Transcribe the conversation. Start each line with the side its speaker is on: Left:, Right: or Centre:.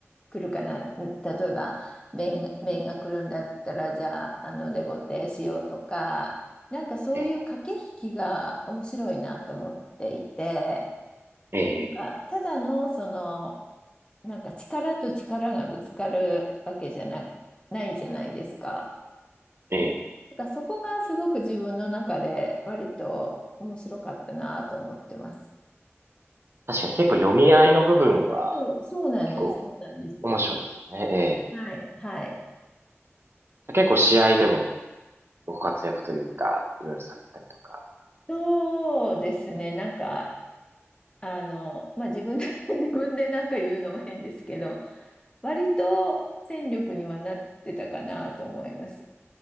Left: 来るかな、ん例えば、面が、面が来るんだったら、じゃあ、あの、デコテしようとか、なんかそういう駆け引きが面白いなと思っていて、
Right: ええ、え
Left: なんか、ただの、その、なんか力と力がぶつかるわけじゃな、ないじゃないですか。
Right: え、ええ
Left: だからそこがすごく自分の中で割と面白かったなと思ってます。
Right: 確かに結構読み合いの部分は
Left: そう、そうなんです。
Right: 結構
Left: そうなんです。
Right: 面白いですよね。え
Left: はい、はい。
Right: え。結構試合でもご活躍というか、いろいろされたりとか。
Left: そうですね。なんか、あの、まあ、自分で <laughs> 自分でなんか言うのも変ですけど、割と戦力にはなってたかなと思います。